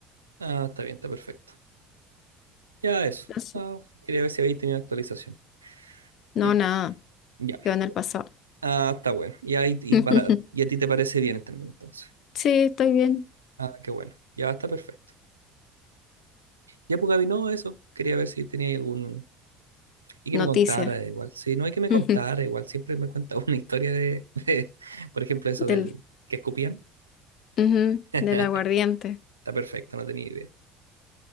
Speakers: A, on the right; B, on the left.
A: Ah, está bien, está perfecto. Ya eso.
B: Entonces,
A: Ah, quería ver si habéis tenido actualizaciones.
B: no,
A: <clears throat>
B: nada,
A: Ya.
B: quedó en el pasado.
A: Ah, está bueno. Y ahí y
B: <laughs>
A: para y a ti te parece bien también entonces.
B: Sí, estoy bien.
A: Ah, qué bueno. Ya está perfecto. Ya pues Gaby, no, eso. Quería ver si tenía algún y
B: Noticias
A: que me contara igual. Sí, no hay que me
B: <laughs>
A: contara igual. Siempre me cuenta <laughs> una historia de, de- por ejemplo, eso
B: del,
A: del que escupían.
B: ujú,
A: <laughs>
B: del aguardiente.
A: Está perfecto, no tenía idea.